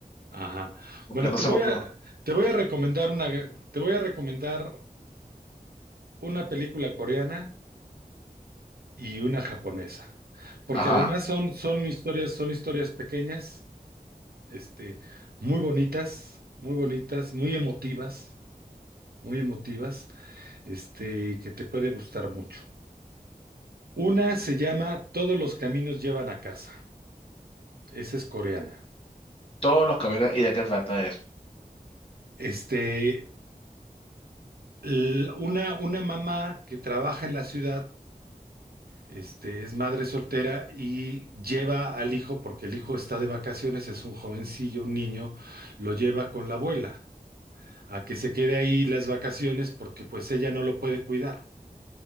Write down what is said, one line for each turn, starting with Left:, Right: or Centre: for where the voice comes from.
Right: ajá.
Left: porque
Right: Bueno,
Left: no
Right: te
Left: sé
Right: voy
Left: por qué.
Right: a, te voy a recomendar una, te voy a recomendar una película coreana y una japonesa, porque
Left: Ajá,
Right: además son, son historias, son historias pequeñas, este, muy bonitas, muy bonitas, muy emotivas, muy emotivas, este, que te puede gustar mucho. Una se llama Todos los caminos llevan a casa. Esa es coreana.
Left: todos los caballeros, ¿y de qué trata eso?
Right: Este, l- una, una mamá que trabaja en la ciudad, este, es madre soltera y lleva al hijo, porque el hijo está de vacaciones, es un jovencillo, un niño, lo lleva con la abuela a que se quede ahí las vacaciones porque pues ella no lo puede cuidar.